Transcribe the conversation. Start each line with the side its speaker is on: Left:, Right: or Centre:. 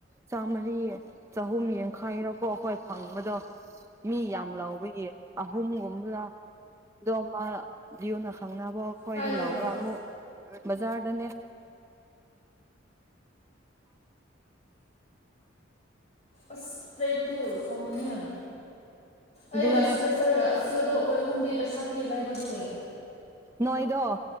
Right: ꯆꯥꯝꯃꯔꯤ ꯆꯍꯨꯝ ꯌꯥꯡꯈꯥꯏꯔꯣꯀꯣ ꯑꯩꯈꯣꯏ ꯐꯪꯕꯗꯣ ꯃꯤ ꯌꯥꯝ ꯂꯥꯎꯕ ꯌꯦꯟ ꯑꯍꯨꯝꯒꯨꯝꯕꯂ ꯗꯣꯃꯥ ꯌꯨꯅꯥ ꯈꯪꯅꯕꯅꯕꯣ ꯑꯩꯈꯣꯏꯗ
Left: ꯀꯥꯏ ꯂꯧꯕ
Right: ꯂꯧꯒ ꯑꯃꯨꯛ ꯕꯖꯥꯔꯗꯅꯦ꯫ <inaudible>
Left: ꯑꯁ ꯇ꯭ꯔꯦꯛꯇꯨ ꯁꯥꯎꯅꯤꯡꯉꯦ ꯑꯩꯒ
Right: ꯑꯗꯨꯅꯦ
Left: ꯁꯨꯕꯦꯁꯇꯔꯒ ꯑꯆꯤꯗꯣ ꯑꯩꯈꯣꯏ ꯑꯍꯨꯝꯗꯤ ꯄꯩꯁꯥ ꯄꯤꯔ ꯂꯩꯕꯗꯨꯒ
Right: ꯅꯣꯏꯗꯣ